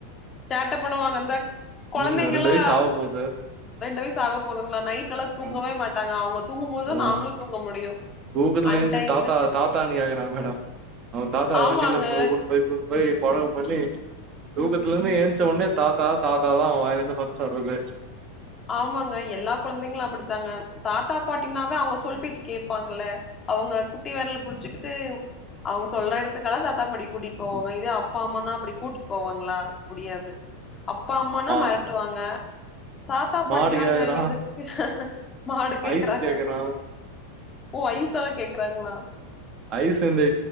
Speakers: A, on the left; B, on the right.
A: சேட்ட பண்ணுவாங்கந்தா கொழந்தைங்கல்லா
B: ம் ரெண்டு வயசு ஆக போது
A: ரெண்டு வய்சு ஆக போதுங்களா நைட்டல்லா தூங்கவே
B: ஆ
A: மாட்டாங்க அவுங்க தூங்கும்போதுதா
B: ஆ
A: நாம்மளு தூங்க முடியு
B: தூக்கத்துல
A: அன்டைம்ல
B: ஏஞ்சு தாத்தா தாத்தானு கேக்கறா மேடம் அவுங்க தாத்தா
A: ஆமாங்க
B: வண்டில கூட்னு போய் போய் கழகம் பண்ணி தூக்கத்துலருந்து
A: ம்
B: ஏன்ச்ச ஒன்னே தாத்தா தாத்தா தா அவ வாயில இந்து ஃபஸ்ட்டு வர்றது
A: ஆமாங்க எல்லா கொழந்தைங்களு அப்படித்தாங்க தாத்தா பாட்டினாவே அவுங்க சொல் பேச்சு கேப்பாங்கல்ல அவுங்க குட்டி வெரல் புடிச்சுக்கிட்டு அவுங்க சொல்ற எடத்துக்குல்லா தாத்தா பாட்டி கூட்டிட் போவாங்க இதுவே அப்பா அம்மானா அப்டி கூட் போவாங்களா முடியாது அப்பா அம்மான்னா
B: மா
A: மெரட்டுவாங்க தாத்தா
B: மாடு
A: பாட்டிதாங்க
B: கேக்குறா
A: எதுக்கு மாடு கேக்கறாங்க
B: ஐஸ் கேக்குறா
A: ஒ ஐஸ்சல்லா கேக்கறாங்களா
B: ஐஸ்சு வந்து